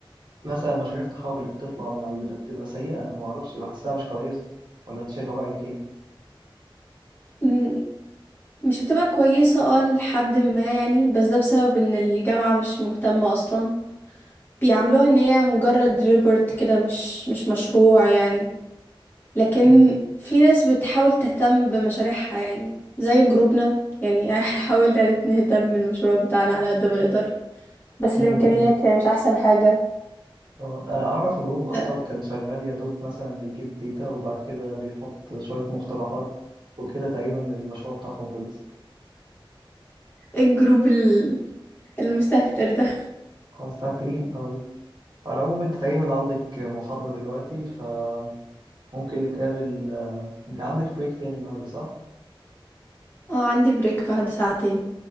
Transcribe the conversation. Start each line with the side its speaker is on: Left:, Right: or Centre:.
Right: مثلا مشاريع التخرج اللي بتطلع من عندنا بتبقى سيئه ما اعرفش بحسها مش كويسه ولا انت شايفه رايك ايه
Left: يعني مش بتبقى كويسة اه لحد ما يعني بس ده بسبب ان الجامعة مش مهتمة اصلا بيعاملوها ان هي مجرد ريبورت كده مش مش مشروع يعني لكن
Right: م-
Left: في ناس بتحاول تهتم بمشاريعها يعني زي جروبنا يعني <laughs> احنا حاولنا نهتم بالمشروع بتاعنا على قد ما نقدر بس
Right: م-
Left: الامكانيات
Right: م.
Left: يعني مش احسن حاجة
Right: اه، انا اعرف جروب اصلا
Left: آه،
Right: كان شغال يا دوب مثلا بيجيب ديتا وبعد كده بيحط شويه مقترحات وكده تقريبا المشروع بتاعهم خلص
Left: ايه الجروب ال- المستهتر ده
Right: اه الساعة 3 أوي على العموم أنت تقريبا عندك محاضرة دلوقتي فممكن نتقابل آه، أنت عندك بريك تاني النهاردة صح؟
Left: اه عندي بريك بعد ساعتين